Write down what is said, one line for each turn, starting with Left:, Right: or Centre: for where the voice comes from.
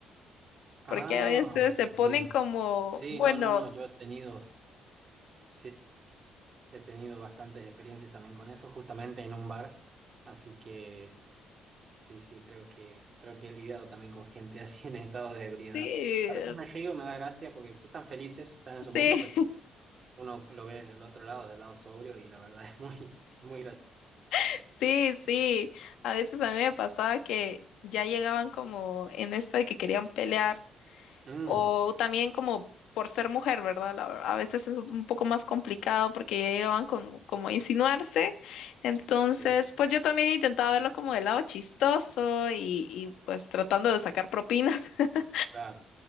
Right: Ah,
Left: porque a veces se ponen
Right: bien.
Left: como,
Right: Sí,
Left: bueno,
Right: no, no, no, yo he tenido, sí, sí, sí, he tenido bastantes experiencias también con eso, justamente en un bar, así que sí, sí, creo que, creo que he lidiado también con gente <laughs> así en estado de ebriedad.
Left: sí,
Right: A veces me río, me da gracia porque están felices, están en
Left: sí,
Right: su mundo, pero uno lo ve del otro lado, del lado sobrio, y la verdad es muy, <laughs> muy gracioso.
Left: <laughs> sí, sí. A veces a mí me pasaba que ya llegaban como en esto de que querían pelear.
Right: Mm,
Left: O también como por ser mujer, ¿verdad? La- A veces es un poco más complicado porque ya llegaban con, como a insinuarse. Entonces,
Right: sí,
Left: pues yo también intentaba verlo como del lado chistoso y, y, pues tratando de sacar propinas. <laughs>
Right: claro,